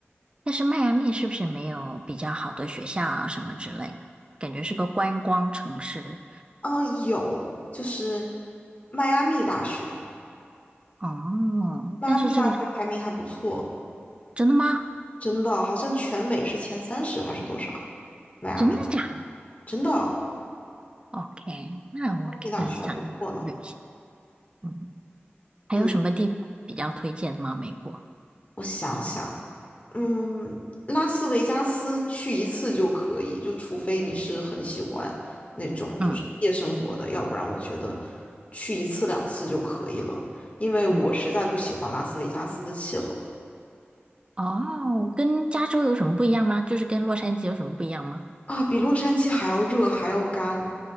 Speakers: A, on the right; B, on the left.
A: 但是迈阿密是不是没有比较好的学校啊什么之类的？感觉是个观光城市。
B: 嗯，有，就是迈阿密大学，
A: 哦，
B: 迈阿密大学排名还不错，
A: 但是这个真的吗？
B: 真的，好像全美是前三十还是多少啊？迈阿密，
A: 真的假的
B: 真的，迈
A: ？OK，那我可能想要考虑一下。
B: 阿密大学还不错呢。
A: 嗯，还有什么地方比较推荐吗？
B: 嗯，
A: 美国？
B: 我想想，嗯，拉斯维加斯去一次就可以，就除非你是很喜欢那种就是夜生活的，
A: 嗯
B: 要不然我觉得去一次两次就可以了，因为我实在不喜欢拉斯维加斯的气候
A: 嗯，哦，跟加州有什么不一样吗？就是跟洛杉矶有什么不一样吗？
B: 啊，比洛杉矶还要热还要干。